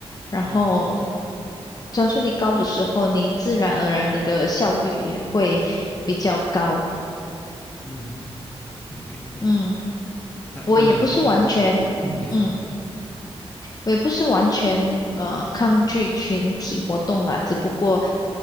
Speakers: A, on the left (about 35°); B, on the left (about 15°).
A: 然后
B: 嗯
A: 专注力高的时候，你自然而然你的效率也会比较高。
B: 嗯，对对对，
A: 嗯，
B: 当当你
A: 我也不是完全，
B: 嗯你说。
A: 嗯。我也不是完全呃抗拒群体活动啦，只不过